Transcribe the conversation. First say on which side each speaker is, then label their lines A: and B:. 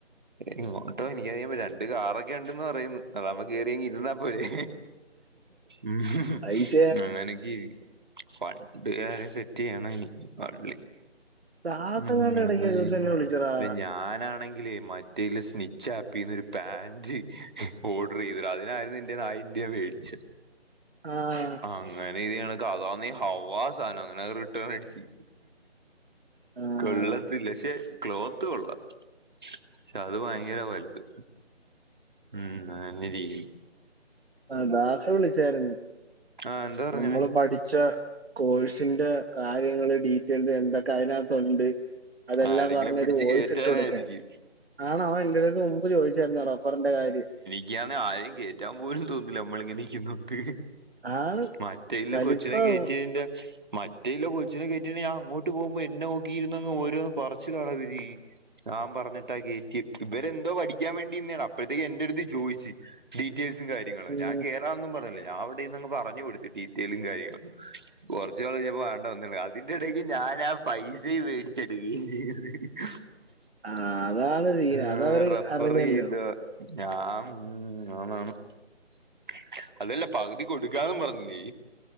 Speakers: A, on the right; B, on the right.
A: ഇങ്ങോട്ടോ എനിക്കറിയാൻ പ രണ്ട് കാറൊക്കെ ഇണ്ടന്ന് പറയുന്ന് അതാവുമ്പൊ കേറിയിങ്ങ് ഇര്ന്നാ ഒരേ ഉം
B: പൈസ
A: അങ്ങനക്കെ ഇരി ഫണ്ട്‌ കാരെ സെറ്റെയ്യാനാ ഇനി പാട്
B: ദാസങ്ങാണ്ട്
A: ഉം
B: ഇടയ്ക്ക്
A: അങ്ങനെയി
B: ഒരു ദിവസം എന്നെ വിളിച്ചടാ
A: ഇപ്പ ഞാനാണെങ്കിലേ മ റ്റീല് സ്നിച്ച് ആപ്പീന്നൊര് പാന്റ് ഓഡറെയ്ത് ഡാ അതിനായിര ത്തിന്റെത് ആഇന്ത്യ മേടിച്ചു
B: ആഹ്
A: അങ്ങനെ ഇതയാണ് കഥന്ന ഹവ്വാ സാധം അങ്ങനെത് റിട്ടേൺ അടിച്ച്
B: ആഹ്
A: കൊള്ളത്തില്ല പക്ഷെ ക്ലോത്ത് കൊള്ളാം പക്ഷെ അത് ഭയങ്കര വലുത് ഉം അങ്ങന്നെരിക്കുന്നു
B: ആ ദാസ് വിളിച്ചാര്ന്ന്
A: ആ എന്താ പറഞ്ഞവൻ
B: നമ്മള് പഠിച്ച കോഴ്സിന്റെ കാര്യങ്ങള് ഡീറ്റെൽഡ് എന്തൊക്കെ അതിനകതുണ്ട് അതെല്ലാം
A: ആരെങ്കിലും
B: പറഞ്ഞൊര്
A: പിടിച്ച്
B: വോയ്സ്ട്ട്
A: കേറ്റാനായിരിക്കും
B: കൊടുക്കേ ആണോ അവൻ എന്റടുത്ത് മുമ്പ് ചോദിച്ചായിരുന്നു റഫറ്ന്റെ കാര്യം
A: ഇക്ക്യാന്നെ ആരെയും കേറ്റാൻ പോലും തോന്നില്ല നമ്മള് ങ്ങനിക്കുന്നോണ്ട്
B: ആണ്
A: മറ്റേ ഇല്ല
B: കലിപ്പാവും
A: കൊച്ചിനെ കേറ്റിയേന്റെ മറ്റ്‌ റ്റില്ല കൊച്ചിനെ കേറ്റിയില്ല ഞാൻ അങ്ങോട്ട് പോകുമ്പോ എന്നെ നോക്കിയിരുന്നങ്ങ് ഓരോന്ന് പറച്ചിലാടാ ഇവര് ഞാ പറഞ്ഞിട്ടാ കേറ്റിയെ ഇവരെന്തോ പഠിക്കാൻ വേണ്ടിന്നേണ് അപ്പോഴത്തേക്ക് എന്റെ അടുത്ത് ചോദിച്ച് ഡീറ്റെയിൽസും കാര്യങ്ങളും
B: ഉം
A: ഞാൻ കേ ഞ്ഞാ ഒന്നും പറഞ്ഞില്ല ഞാൻ അവ്ടെര്ന്ന് അങ്ങ് പറഞ്ഞു കൊടുത്തു ഡീറ്റെയിലും കാര്യങ്ങളും കൊറച്ച് നാള് കയ്ഞ്ഞപ്പോ വേണ്ടോന്നി അതിന്റെടക്ക് ഞാനാ പൈസിം മേടിച്ച് ആ റഫറെയ്തോ ഞാൻ
B: ആഹ് അതാണ്
A: ഉം
B: സീന് അതവര്
A: ഉം
B: അറിഞ്ഞല്ലോ
A: ന്ന ന്ന ന്ന അതല്ല പകുതി കൊടുക്കാന്നും പറഞ്ഞില്ലേ